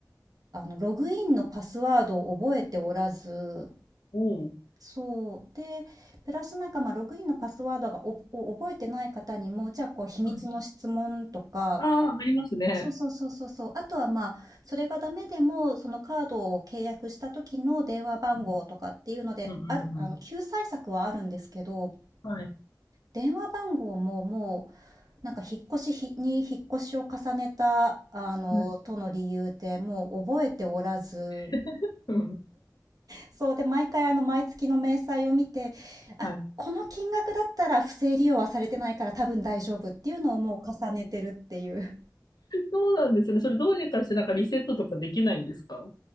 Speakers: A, on the right (about 55°); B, on the left (about 70°).
A: う、あの、ログインのパスワードを覚えておらず、
B: おお。
A: そう。で、プラスなんか、ま、ログインのパスワードが、おを覚えてない方にも、じゃあ、こう、秘密の質問とか
B: はい。ああ、ありますね。
A: そうそうそうそうそう。あとは、ま、あそれがダメでも、そのカードを契約した時の電話番号とかっていうので、
B: うん。うんうんうん。
A: あるあの、救済策はあるんですけど、
B: はい。
A: 電話番号も、もう、なんか、引っ越しひに引っ越しを重ねた、あの、
B: はい。
A: との理由で、もう覚えておらず
B: <laughs> うん。
A: そうで、毎回あの毎月の明細を見て、あ、
B: はい。
A: この金額だったら不正利用はされてないから多分大丈夫っていうのをもう重ねてるっていう。
B: そうなんですね。それどうにかしてなんかリセットとかできないんですか